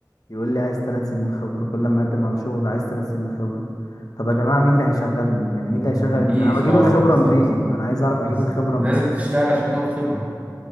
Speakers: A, on the left (about 55°); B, on the right (about 20°).
A: يقول لي عايز ثلاث سنين خبرة كل ما اقدم على شغل عايز ثلاث سنين خبرة طب يا جماعة مين اللي هيشغلني يعني مين اللي
B: مفيش
A: هيشغل انا بجيب
B: اه
A: الخبرة
B: بالظبط
A: منين ما انا عايز اعرف
B: بالظبط
A: اجيب الخبرة منين
B: لازم تشتغل عشان تاخد خبرة